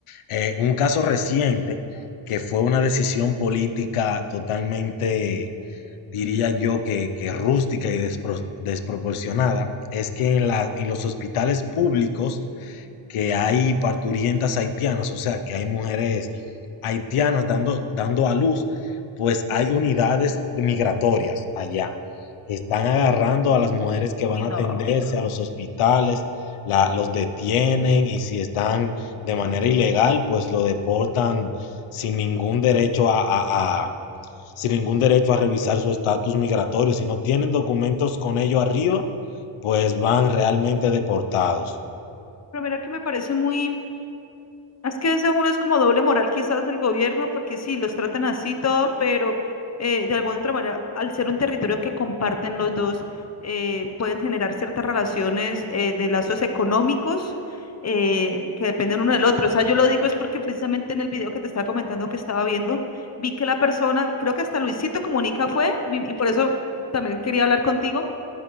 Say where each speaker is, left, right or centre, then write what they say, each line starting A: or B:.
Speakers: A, on the left (about 90°); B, on the left (about 35°).
A: eh, un caso reciente que fue una decisión política totalmente, diría yo, que, que rústica y despro- desproporcionada, es que en la- en los hospitales públicos, que hay parturientas haitianas, o sea, que hay mujeres haitianas dando, dando a luz, pues hay unidades migratorias allá. Están agarrando a las mujeres que
B: Uy,
A: van a atenderse
B: no.
A: a los hospitales, la- los detienen y si están de manera ilegal, pues lo deportan sin ningún derecho a, a- a- sin ningún derecho a revisar su estatus migratorio. Si no tienen documentos con ello arriba, pues van realmente deportados.
B: Pero mira que me parece muy, Es que según es como doble moral quizás del gobierno, porque sí, los tratan así todo, pero eh, de alguna otra manera, al ser un territorio que comparten los dos, eh, pueden generar ciertas relaciones eh, de lazos económicos eh, que dependen uno del otro. O sea, yo lo digo es porque precisamente en el video que te estaba comentando que estaba viendo, vi que la persona, creo que hasta Luisito Comunica fue, vi- y por eso también quería hablar contigo